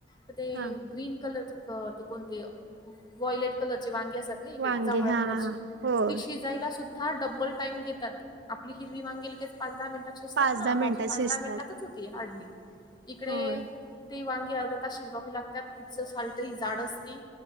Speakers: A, on the left; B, on the right.
A: तर ते
B: हा
A: ग्रीन कलर कोणते वॉयलेट कलरचे वांगी असतात ना इकडे
B: वांगे
A: जांभळ्या
B: हा
A: कलरची
B: होय
A: शिजायला सुद्धा डबल टाइम घेतात आपली हिरवी वांगी लगेच पाच दहा मिनिटात शिजतात
B: पाच
A: ना
B: दहा
A: भाजी
B: मिनिटात
A: पाच
B: शिजतात
A: दहा मिनिटातच होती हार्डली इकडे
B: होय
A: ती वांगी अर्धा तास शिजवावी लागतात तिचं सालतह जाड असती